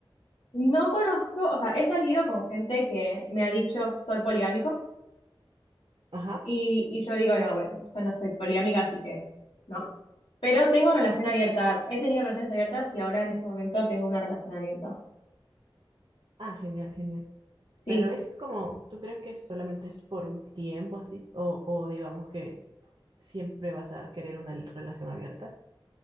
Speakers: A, on the left (about 70°); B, on the right (about 55°).
A: No conozco, o sea, he salido con gente que me ha dicho soy poligámico
B: Ajá.
A: y, y yo digo, no, bueno, yo no soy poligámica, así que no. Pero tengo relación abierta, he tenido relaciones abiertas y ahora en este momento tengo una relación abierta.
B: Ah, genial, genial.
A: Sí.
B: Pero es como, ¿tú crees que solamente es por un tiempo así? O, o digamos que siempre vas a querer una relación abierta?